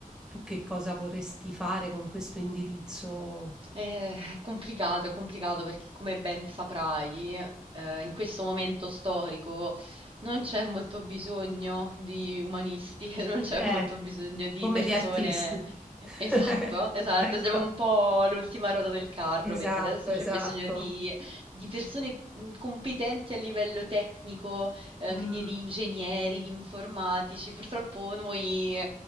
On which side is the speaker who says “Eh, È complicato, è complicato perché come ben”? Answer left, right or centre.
Right